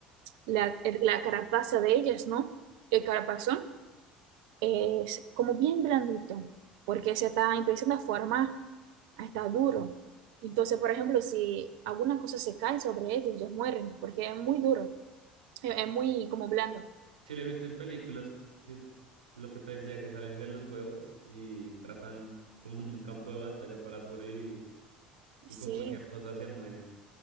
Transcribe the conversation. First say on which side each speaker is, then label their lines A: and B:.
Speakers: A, on the right; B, on the right.
A: la, el- la carapaza de ellas, ¿no? El carapazón es como bien blandito, porque se está empezando a formar. está duro. Entonces, por ejemplo, si alguna cosa se cae sobre ellos, ellos mueren, porque es muy duro, es es muy como blando.
B: Sí, lo he visto en películas, que es lo que te decía, que salen de los huevos y tratan como un campo de batalla para sobrevivir. Y con
A: Sí,
B: cualquier cosa se mueren.